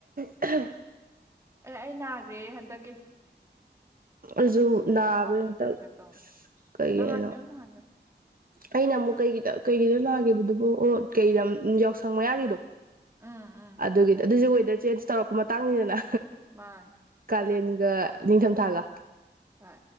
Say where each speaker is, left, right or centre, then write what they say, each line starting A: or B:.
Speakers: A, on the right (about 50°); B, on the right (about 15°).
A: <unintelligible>
B: ꯑꯦ ꯑꯩ ꯅꯥꯒ꯭ꯔꯦ ꯍꯟꯗꯛꯀꯤ
A: ꯑꯩꯖꯨ ꯅꯥꯕꯗꯤ
B: ꯀꯥ ꯍꯧꯕ
A: ꯍꯟꯇꯛ
B: ꯅꯨꯃꯤꯠꯇꯔ ꯀꯩꯅꯣꯝ ꯇꯧꯕꯅꯤ
A: ꯀꯩ
B: ꯅꯍꯥꯟꯒꯅꯨ
A: ꯍꯥꯏꯗꯣꯏꯅꯣ
B: ꯅꯍꯥꯟꯒꯅꯨ
A: ꯑꯩꯅ ꯑꯃꯨꯛ ꯀꯩꯒꯤꯗ ꯀꯩꯒꯤꯗ ꯅꯥꯈꯤꯕꯗꯨꯕꯨ ꯑꯣ ꯀꯩꯗ ꯌꯥꯎꯁꯪ ꯃꯌꯥꯒꯤꯗꯣ
B: ꯎꯝ ꯎꯝ
A: ꯑꯗꯨꯒꯤꯗꯤ ꯑꯗꯨꯁꯨ ꯗ ꯆꯦꯟꯖ ꯇꯧꯔꯛꯄ ꯃꯇꯥꯡꯅꯤꯗꯅ
B: ꯃꯥꯅꯤ
A: ꯀꯂꯦꯟ ꯑ ꯅꯤꯡꯊꯝꯊꯥꯒ
B: ꯍꯣꯏ